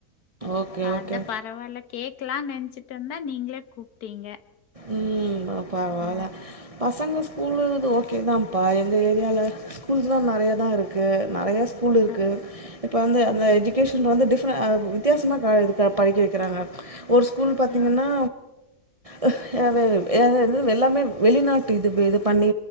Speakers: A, on the right; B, on the left.
A: ஓகே
B: அத
A: ஓகே
B: பரவாயில்ல கேக்கலான்னு நெச்சுட்டு இருந்தா நீங்ளே கூப்பிட்டீங்க
A: உம் பரவாயல
B: ஆ
A: பசங்க ஸ்கூலுது ஓகே தான்ப்பா எங்க ஏரியால ஸ்கூல்ஸ்லா நறைய தா இருக்கு நறையா ஸ்கூல் இருக்கு
B: ஆ
A: இப்ப வந்து அந்த
B: ம்
A: எஜுகேஷன் வந்து டிஃப் துற்ன அவ் வித்தியாசமா கா இது படிக்க வைக்கிறாங்க ஒரு ஸ்கூல் பாத்திங்கன்னா
B: ஆ
A: அ வ வே வ் எல்லாமே வ் வெளிநாட்டு இது வே இது பண்ணி